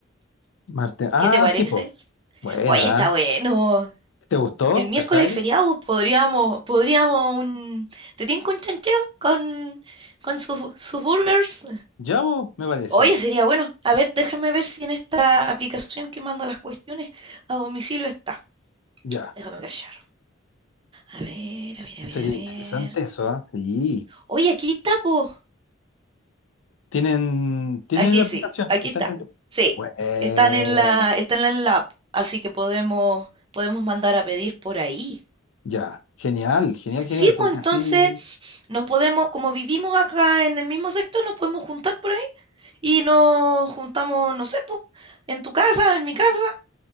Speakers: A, on the left; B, on the right.
A: Marte. Ah,
B: ¿Qué te parece?
A: sí, po. Buena.
B: Oye, está
A: ¿eh?
B: bueno.
A: ¿Te gustó?
B: El miércoles
A: ¿Cachai?
B: feriado, podríamos, podríamos un. ¿Te tinca un chancheo con, con sus, sus burgers?
A: Ya, po, me parece.
B: Oye, sería bueno. A ver, déjame ver si en esta aplicación que manda las cuestiones a domicilio está.
A: Ya.
B: Déjame callar. A ver, a ver, a
A: Sería
B: ver, a ver.
A: interesante eso, ¿ah? Sí.
B: Oye, aquí está, po.
A: Tienen, tienen
B: Aquí
A: la aplicación,
B: sí, aquí
A: están
B: está.
A: en el...
B: Sí,
A: Buena,
B: están en la, están en la app, así que podemos, podemos mandar a pedir por ahí.
A: ya. Genial, genial, genial,
B: Sí,
A: porque
B: pues entonces
A: así...
B: Nos podemos, como vivimos acá en el mismo sector, nos podemos juntar por ahí y nos juntamos, no sé, po, en tu casa, en mi casa